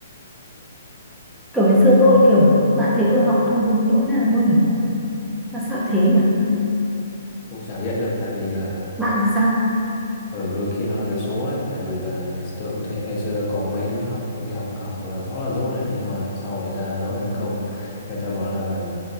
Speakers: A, in the centre; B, on the left.
A: kiểu ngày xưa tôi kiểu bạn thấy tôi học toàn những nỗi nào đâu nhỉ mà sao thế nhỉ
B: cũng chả biết được tại vì là
A: bạn thì sao
B: Ừ, đôi khi nó là cái số đấy tại vì là ngày tôi cũng thế ngày xưa có mấy đứa học đi học học là rõ là dốt đấy nhưng mà sau rồi ra rõ thành công người ta bảo là